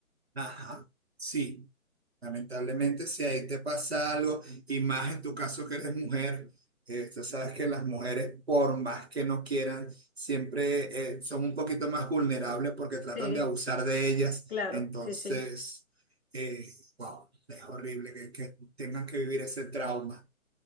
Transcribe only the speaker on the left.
Sí,
claro,
sí, sí,